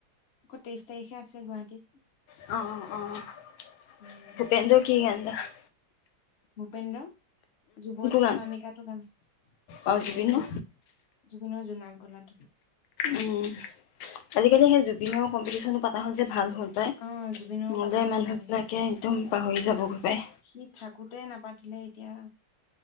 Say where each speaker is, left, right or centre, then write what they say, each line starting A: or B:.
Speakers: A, on the left; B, on the left.
A: তেইছ তাৰিখে আছে গুৱাহাটীত।
B: অ, অ অ অ, '
A: উম
B: ভূপেন্দ্ৰ কি গান গা- <inaudible>
A: ভূপেন্দ্ৰ। যুৱতী
B: গান
A: অনামিকাটো গাম।
B: অঁ জুবিনৰ
A: জ-জুবিনৰ জোনাক গলাটো। <unintelligible>
B: উম আজিকালি সেই জুবিনৰ কম্পিটিশন পা- চ য <unintelligible> ভাল হ'ল পায়।
A: অ জুবিনৰো
B: মোলে
A: পাতা হল
B: মানুহবিলাকে
A: ভাল হৈছে
B: একদম পাহৰি যাব পায়
A: সি থাকোতে নাপাতিলে এতিয়া